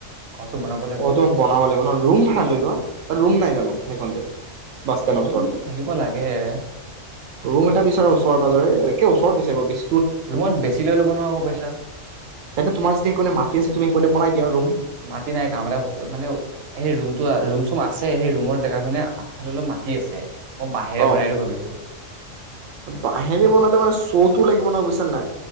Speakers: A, on the right (about 60°); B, on the right (about 80°).
A: ঘৰটো বনাব লাগিব
B: অ', তোমাক বনাব লাগিব ন'। ৰুম ভাৰা লৈ লোৱা, তাত ৰুম নাই যা <unintelligible> সেইখনতে? বাছ ষ্টেনৰ
A: ৰুম
B: ওচৰত।
A: থাকিব লাগে।
B: ৰুম এটা বিচৰা ওচৰ ওচৰে-পাঁজৰে, এক ওচৰত বিচাৰিব বিচ
A: ৰুমত বেছি লৈ ল'ব নহয় আকৌ পইচা।
B: তেন্ত তোমাৰ যদি হেইকনে মাটি আছে, তুমি হেইকনতে বনায় দিয়া ৰুম।
A: মাটি নাই। কাম এটা মানে সেই ৰুমটো ৰুম-চুম আছে, সেই ৰুমৰ জেগাত মানে আগফালে অলপ মাটি আছে। মই বাঁহেৰে
B: অ
A: বনাই দিওঁ ভাবিছোঁ।
B: বাঁহেৰে বনালে মানে শ্ব'তো লাগিব নহয় বুজিছ নে নাই?